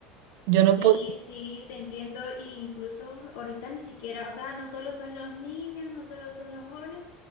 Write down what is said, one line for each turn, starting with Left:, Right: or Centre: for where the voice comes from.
Right: yo no
Left: Sí,
Right: podía.
Left: sí, te entiendo. E incluso ahorita ni siquiera, o sea, no solo son los niños, no solo son los jóvenes,